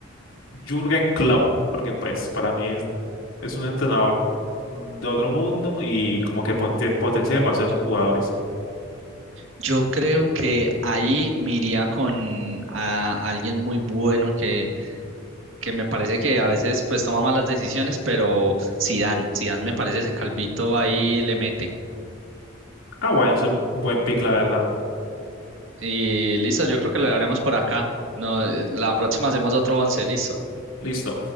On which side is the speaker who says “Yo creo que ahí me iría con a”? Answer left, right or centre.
Right